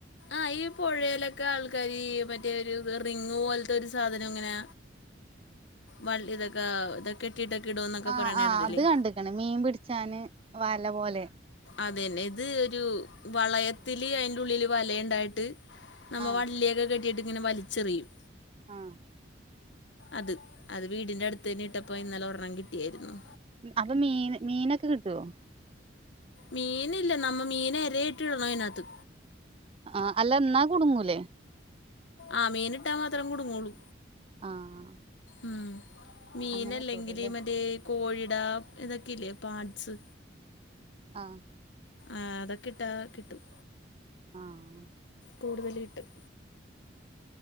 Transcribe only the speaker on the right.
ആഹ്
ആഹ്
അത് കണ്ടക്കണ് മീൻ പിടിച്ചാന് വ ല പോലെ
ആഹ്
ആഹ്
അപ്പൊ മീൻ മീനൊക്കെ കിട്ടുവോ
ആഹ് അല്ല എന്നാ കുടുങ്ങൂലേ
ആഹ്
അങ്ങനെ കിട്ടൊള്ളൂല്ലേ
ആഹ്
ആഹ്